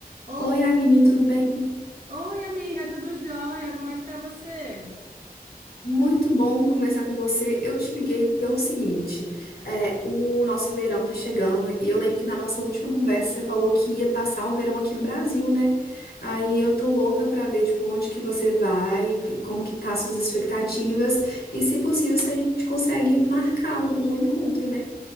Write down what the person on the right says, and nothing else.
Oi,
oi, amiga, tudo jóia? Como é que tá você?